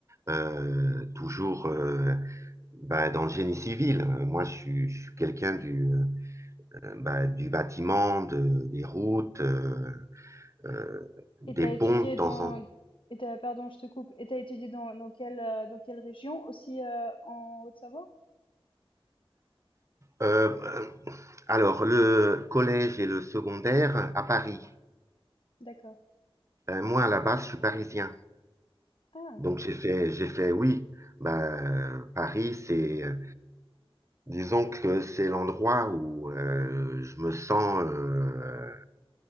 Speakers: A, on the right (about 30°); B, on the left (about 60°).
A: euh, toujours euh, ben, dans le génie civil. Euh, Moi, je suis, je suis quelqu'un du, euh, ben, du bâtiment, de, des routes, euh, euh, des
B: Et t'as
A: ponts
B: étudié
A: de temps
B: dans,
A: en
B: et t'as, pardon, je te coupe, et t'as étudié dans, dans quelle, euh, dans quelle région? Aussi euh, en Haute-Savoie?
A: Euh, alors, le collège et le secondaire à Paris.
B: D'accord.
A: Euh, moi, à la base, je suis parisien.
B: Ah,
A: Donc, j'ai fait, j'ai fait, oui, bah, Paris, c'est, euh, disons que c'est l'endroit où euh, je me sens euh,